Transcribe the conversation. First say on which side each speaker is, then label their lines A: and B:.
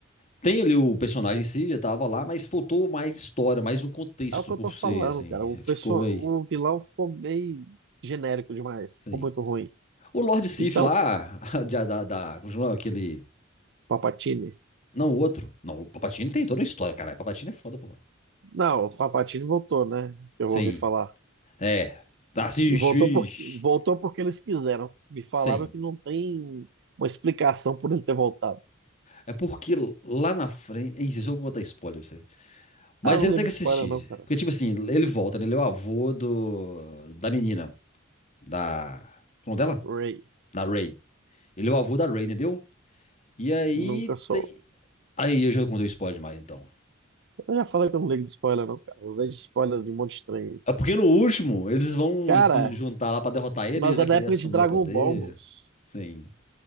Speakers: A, on the left; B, on the right.
A: Tem ali o personagem em si, já tava lá, mas faltou mais história, mais um contexto
B: É o que eu
A: por
B: tô falando,
A: ser, assim.
B: cara. O pessoal,
A: Ficou meio.
B: o vilão ficou meio genérico demais,
A: Sim.
B: ficou muito ruim.
A: O Lord Sif
B: Então,
A: lá, <laughs> da, da, da. como chama Aquele.
B: Papatini.
A: Não, o outro. Não, o Palpatine tem toda a história, caralho. Palpatine é foda, porra.
B: Não, o Papatini voltou, né? Eu
A: Sim.
B: ouvi falar.
A: É. Assiste,
B: E voltou
A: ixi.
B: por voltou porque eles quiseram. Me falaram
A: Sim.
B: que não tem uma explicação por ele ter voltado.
A: É porque lá na frente. Ih, eu só vou botar spoiler pra você. Mas
B: Ah, eu
A: você
B: não
A: vai
B: ligo
A: ter que
B: de
A: assistir.
B: spoiler não, cara.
A: Porque, tipo assim, ele volta, né? Ele é o avô do... da menina. Da. Como dela?
B: Ray,
A: Da Ray. Ele é o avô da Ray, entendeu? E aí
B: nunca soube.
A: tem. Aí eu já contei o spoiler demais, então.
B: Eu já falei que eu não ligo de spoiler não, cara. Eu vejo spoiler de um monte de estranho.
A: É porque no último, eles vão
B: Cara,
A: se juntar lá pra derrotar ele,
B: Nós
A: ele vai
B: é
A: querer
B: da época
A: assumir
B: de Dragon
A: o poder.
B: Ball, moço.
A: Sim.